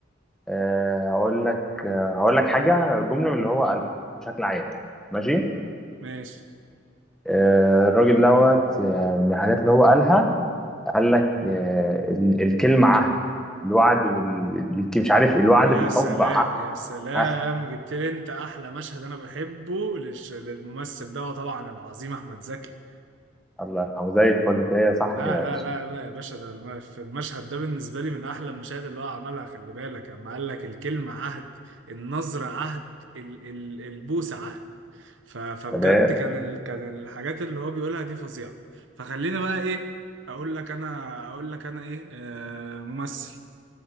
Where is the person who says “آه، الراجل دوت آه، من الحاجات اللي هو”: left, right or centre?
Centre